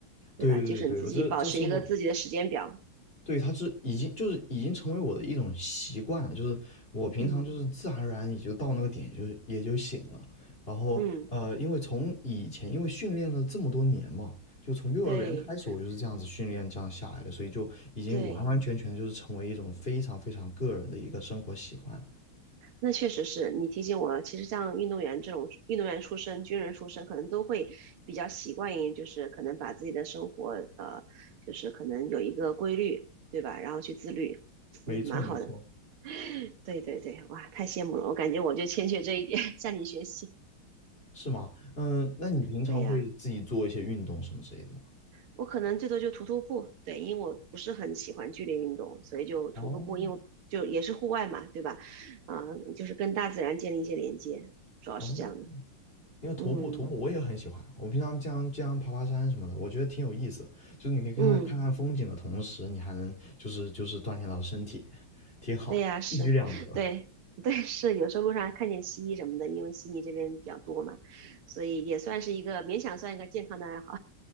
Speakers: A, on the right; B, on the left.
A: 对吧？
B: 对对对对，
A: 就是你自己保持一个自己的时间表。
B: 我这这生活对，它是已经就是已经成为我的一种习惯了，就是我平常就是自然而然也就到那个点，
A: 嗯
B: 也就也就醒了。然后呃，
A: 嗯，
B: 因为从以前因为训练了这么多年嘛，就从幼儿园开始我就是这样子训练这样下来的，
A: 对
B: 所以就已经完完全全的就是成为一种非常非常个人的一个生活习惯了
A: 对，那确实是你提醒我了其实像运动员这种运动员出身、军人出身，可能都会比较习惯于，就是可能把自己的生活，呃，就是可能有一个规律，对吧？然后去自律，
B: 没错，
A: 嗯，蛮好的。
B: 没错，
A: 对对对，哇，太羡慕了，我感觉我就欠缺这一点，<laughs> 向你学习。
B: 是吗？嗯，那你平常会自己做一些运动什么之类的吗？
A: 对呀，我可能最多就徒徒步，对，因为我不是很喜欢剧烈运动，所以就徒个步，
B: 哦，
A: 因为我就也是户外嘛，对吧？啊、就是跟大自然建立一些连接，主要是这样的。
B: 哦，因为徒步徒步我也很喜欢，
A: 嗯
B: 我平常经常经常爬爬山什么的，我觉得挺有意思。就是你可以看看看看风景的同时，
A: 嗯，
B: 你还能就是就是锻炼到身体，挺好，
A: 对呀，是，
B: 一举两得。
A: 对对是，有时候路上还看见蜥蜴什么的，因为悉尼这边比较多嘛，所以也算是一个勉强算一个健康的爱好。